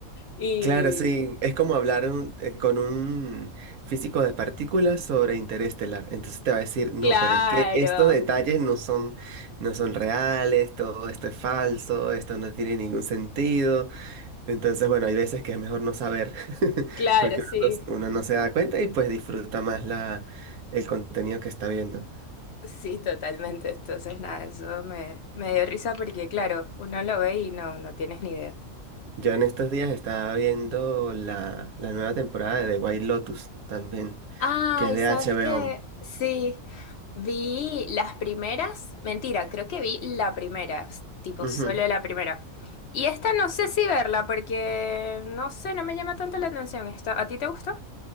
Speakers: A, on the left (about 60°); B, on the right (about 80°).
A: Y
B: Claro, sí, es como hablar un- eh, con un físico de partículas sobre interestelar. Entonces te va a decir, no,
A: claro,
B: pero es que estos detalles no son, no son reales, todo esto es falso, esto no tiene ningún sentido. Entonces, bueno, hay veces que es mejor no saber, <laughs>
A: claro,
B: porque
A: sí,
B: uno, no s- uno no se da cuenta y pues disfruta más la, el contenido que está viendo.
A: sí, totalmente. Entonces, nada, eso me, me dio risa porque, claro, uno lo ve y no, no tienes ni idea.
B: Yo en estos días estaba viendo la, la nueva temporada de The White Lotus también,
A: Ay,
B: que es de
A: ¿sabes
B: HBO.
A: qué? Sí, vi las primeras, mentira, creo que vi la primera, tipo
B: Ujú.
A: solo la primera. Y esta no sé si verla porque no sé, no me llama tanto la atención esta. ¿A ti te gustó?